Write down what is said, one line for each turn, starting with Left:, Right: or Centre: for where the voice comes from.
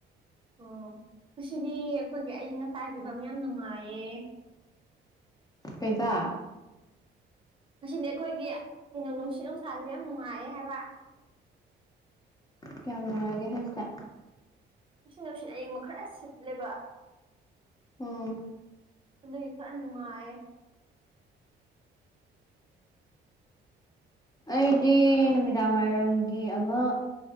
Right: ꯑꯣ ꯉꯁꯤꯗꯤ ꯑꯩꯈꯣꯏꯒꯤ ꯑꯌꯤꯡ ꯑꯁꯥꯏ ꯐꯤꯕꯝ ꯌꯥꯝ ꯅꯨꯡꯉꯥꯏꯌꯦ
Left: ꯀꯩꯕꯥ
Right: ꯉꯁꯤꯗꯤ ꯑꯩꯈꯣꯏꯒꯤ ꯀꯩꯅꯣ ꯅꯨꯡꯁꯤꯠ ꯅꯨꯡꯁꯥꯁꯦ ꯌꯥꯝ ꯅꯨꯡꯉꯥꯏꯌꯦ ꯍꯥꯏꯕ
Left: ꯀꯌꯥꯝ ꯅꯨꯡꯉꯥꯏꯒꯦ ꯍꯥꯏꯁꯦ
Right: ꯉꯁꯤ ꯅꯨꯡꯁꯤꯠ ꯑꯌꯤꯡꯕ ꯈꯔ ꯁꯤꯠ ꯂꯦꯕ
Left: ꯎꯝ
Right: ꯑꯗꯨꯒꯤ ꯈꯔ ꯅꯨꯡꯉꯥꯏꯌꯦ
Left: ꯑꯩꯗꯤ ꯅꯨꯃꯤꯗꯥꯡꯋꯥꯏꯔꯝꯒꯤ ꯑꯃ